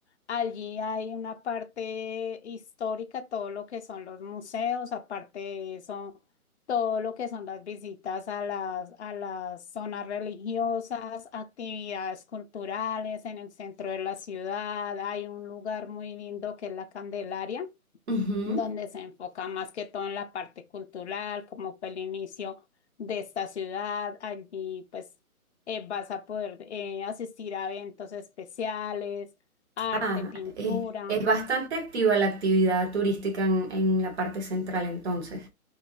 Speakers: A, on the left; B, on the right.
A: Allí hay una parte histórica, todo lo que son los museos, aparte de eso, todo lo que son las visitas a las, a las zonas religiosas, actividades culturales en el centro de la ciudad. Hay un lugar muy lindo que es la Candelaria
B: Ujú.
A: donde se enfoca más que todo en la parte cultural, como fue el inicio de esta ciudad. Allí pues eh, vas a poder eh, asistir a eventos especiales, arte,
B: Ah,
A: pintura.
B: es, es bastante activa la actividad turística en, en la parte central entonces.